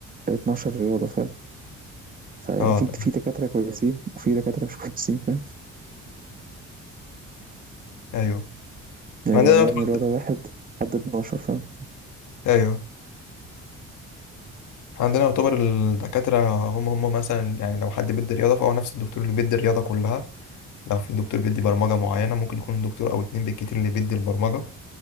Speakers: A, on the right; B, on the left.
A: 12 رياضة فاهم، فيعني
B: أه
A: في
B: تمام
A: في دكاترة كويسين وفي دكاترة مش كويسين فاهم،
B: أيوه
A: يعني
B: إحنا عندنا
A: أنا
B: يعتبر
A: من رياضة 1 لحد 12 فاهم.
B: أيوه إحنا عندنا يعتبر الدكاترة هم هم مثلا يعني لو حد بيدي رياضة فهو نفس الدكتور اللي بيدي الرياضة كلها لو في دكتور بيدي برمجة معينة ممكن يكون دكتور أو اتنين بالكتير اللي بيدي البرمجة